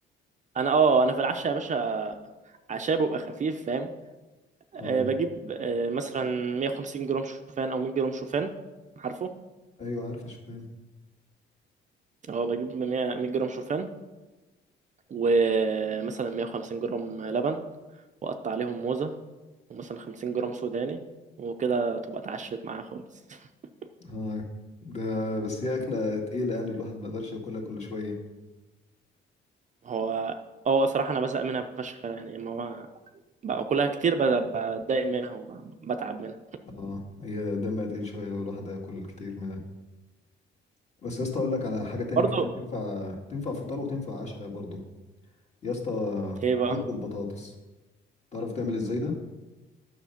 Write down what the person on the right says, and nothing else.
انا اه انا في العشاء يا باشا عشاء بيبقى خفيف فاهم أه
بجيب أه مثلا 150 جرام شوفان او 100 جرام شوفان عارفه
اه بجيب 100 100 جرام شوفان ومثلا 150 جرام لبن واقطع عليهم موزة ومثلا 50 جرام سوداني وكده تبقى اتعشت معايا خالص <laughs>
هو اه صراحة انا بزهق منها فشخ يعني اما هو باكلها كتير ب- بتضايق منها وبتعب منها
برضو
ايه بقى